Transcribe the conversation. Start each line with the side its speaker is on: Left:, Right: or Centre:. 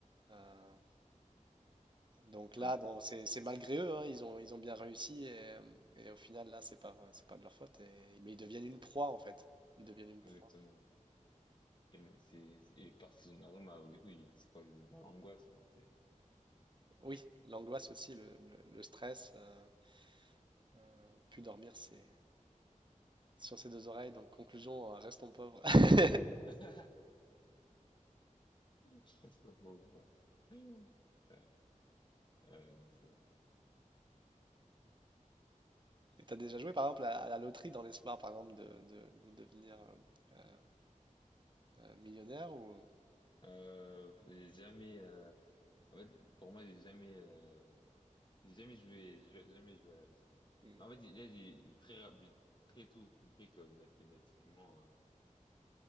Right: Euh, donc là,
Left: ouais,
Right: bon, c'est, c'est malgré eux, hein, ils ont, ils ont bien réussi et, euh, et au final, là, c'est pas, c'est pas de leur faute. et- mais ils deviennent une proie en fait. Ils deviennent une proie.
Left: ouais, exactement. Et, mais c'est, c'est- et parce qu'ils ont de l'argent, bah, du coup, ils, c'est quoi, dans l'angoisse, quoi. C'est,
Right: Oui, l'angoisse aussi, le, le- le stress, euh, euh, plus dormir, c'est, sur ses deux oreilles. Donc, conclusion, euh, restons pauvres. <laughs>
Left: <laughs> c'est pas pauvre, ouais. <laughs> Ouais, euh, non, c'est vrai.
Right: Et t'as déjà joué, par exemple, à, à la loterie dans l'espoir, par exemple, de, de- de devenir euh, euh, euh, millionnaire ou...
Left: Euh, j'ai jamais, euh, En fait, pour moi, j'ai jamais, euh, j'ai jamais joué, j'ai jamais joué à la loterie.
Right: ou-
Left: Mais en fait, là, j'ai très, rap- j'ai très tôt compris que mathématiquement, euh,